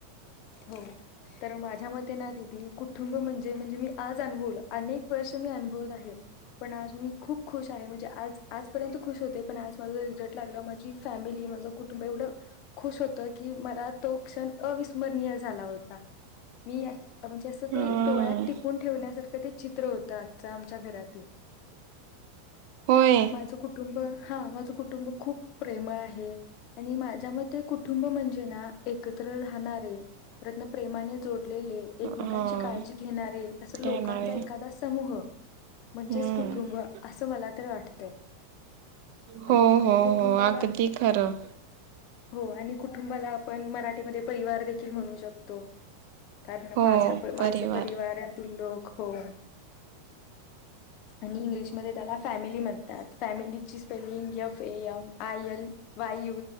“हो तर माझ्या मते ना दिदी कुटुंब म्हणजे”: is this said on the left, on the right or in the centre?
Left